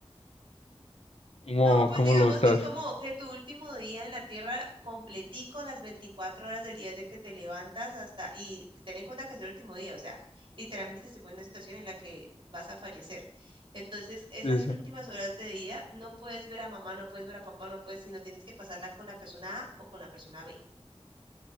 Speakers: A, on the left; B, on the right.
A: ¿cómo,
B: No, pues
A: cómo
B: digamos
A: lo estás?
B: que es como que tu último día en la tierra completico, las 24 horas del día desde que te levantas hasta, y ten en cuenta que es el último día, o sea, literalmente te se pone en una situación en la que vas a fallecer. Entonces, esas
A: Sí, sí.
B: últimas horas de día no puedes ver a mamá, no puedes ver a papá, no puedes, sino tienes que pasarlas con la persona A o con la persona B.